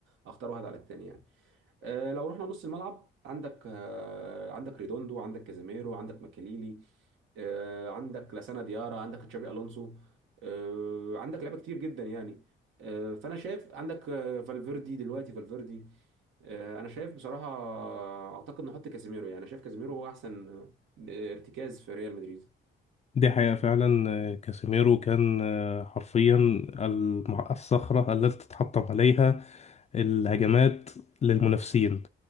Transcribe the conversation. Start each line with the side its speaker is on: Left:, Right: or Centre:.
Right: اختار واحد على التاني يعني آه، لو رحنا نص الملعب عندك آه، عندك ريدوندو عندك كازيميرو عندك ماكاليلي آه، عندك لاسانا ديارا عندك تشابي الونسو آه، عندك لعيبه كتير جدا يعني آه، فانا شايف عندك آه، فالفيردي دلوقتي فالفيردي آه، انا شايف بصراحه آه، اعتقد نحط كازيميرو يعني انا شايف كازيميرو هو احسن آه، ارتكاز في ريال مدريد
Left: دي حقيقة فعلا آه، كاسيميرو كان آه، حرفيا الم- الصخرة التي تتحطم عليها الهجمات للمنافسين